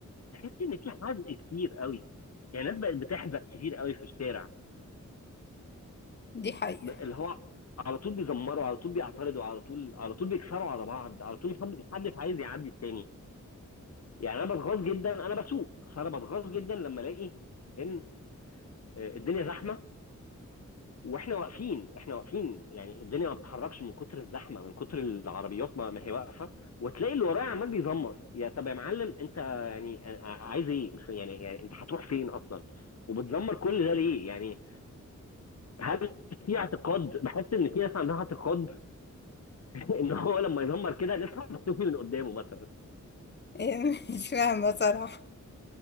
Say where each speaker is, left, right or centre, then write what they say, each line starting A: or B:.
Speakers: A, on the left; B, on the left.
A: تحس ان في حزق كتير قوي يعني الناس بقت بتحزق كتير قوي في الشارع
B: دي حقيقه
A: ب- اللي هو على طول بيزمروا على طول بيعترضوا على طول على طول بيكسروا على بعض على طول محد- محدش عايز يعدي التاني يعني انا بتغاظ جدا انا بسوق فانا بتغاظ جدا لما الاقي ان آه، الدنيا زحمه واحنا واقفين احنا واقفين يعني الدنيا ما بتتحركش من كتر الزحمه من كتر العربيات ما ما هي واقفه وتلاقي اللي ورايا عمال بيزمر يا طب يا معلم انت يعني آه، عايز ايه مش يعني يعني انت هتروح فين اصلا وبتزمر كل ده ليه يعني هل في اعتقاد بحس ان في ناس عندها اعتقاد <laughs> <applause> ان هو لما يزمر كده نفهم مكتوفي من قدامه مثلا
B: <laughs> مش فاهمه صراحه